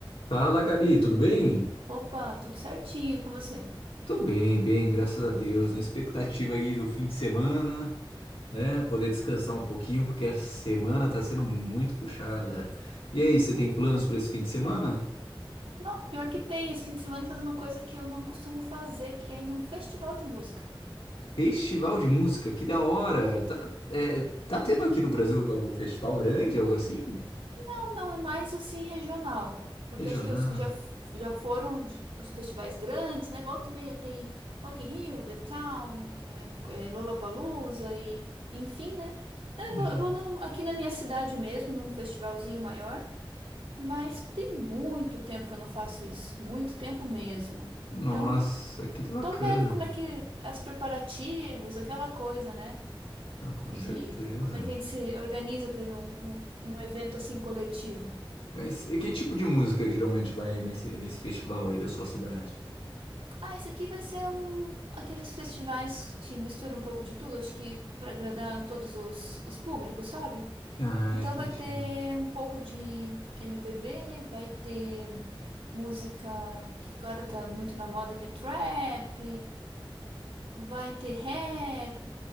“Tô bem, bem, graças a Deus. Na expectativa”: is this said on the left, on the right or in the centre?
Left